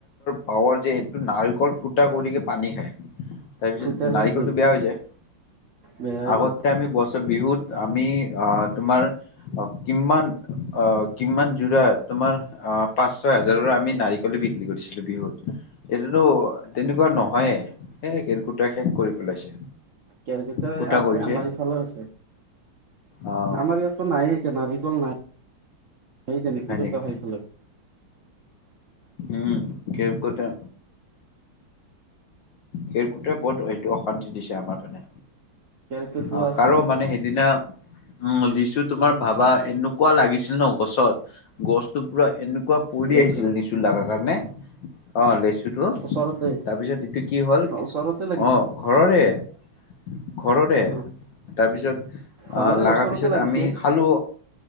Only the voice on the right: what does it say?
ফুটা
কৰি দিয়ে
বেয়া হৈ
যায়
কেৰকেটুৱাই
আছে
আমাৰ ইফালে আছে আমাৰ
ইয়াতো নাই এতিয়া নাৰিকল নাই সেই তেনেক
চ আহাই ফেলে
কেৰ্কেটুৱা
আছে
লেচু
ওচৰতে
ওচৰতে লাগিছে
অ',
ঘৰৰে
ওচৰতে
লাগিছে